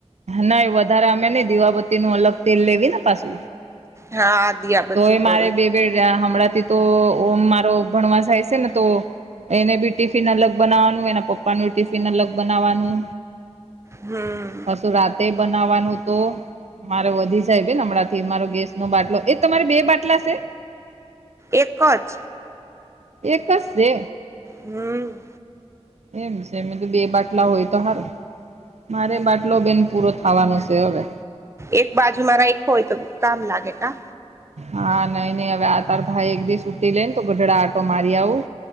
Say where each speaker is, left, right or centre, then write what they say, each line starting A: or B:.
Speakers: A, on the right (about 75°); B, on the right (about 25°).
A: નઇ વધારે અમે નઈ દીવાબત્તીનું અલગ તેલ લેવે ને પાસુ
B: હા દિયા બધી
A: તો એ
B: કરો
A: મારે બે બે ડા હમણાંથી જ તો ઓમ મારો ભણવા જાય સે ને તો એને બી ટિફિન અલગ બનાવાનું એના પપ્પાનું ટિફિન અલગ બનાવાનું
B: હું
A: હશું રાતે બન નાવાનું તો મારે વધી જાય બેન હમણાંથી મારો ગેસ નો બાટલો એ તમારે બે બાટલા સે?
B: એક જ
A: એકસ સે
B: હું
A: એમ છે મી તો બે બાટલા હોય તો હારું મારે બાટલો બેન પૂરો થાવાનો છે હવે
B: એક બાજુ મારા એક હોય તો કામ લાગે કા
A: હા નઈ નહી હવે આ તાર ભાઈ એક દિવસ ઉટી લે ને તો ગઢડા આટો મારી આવું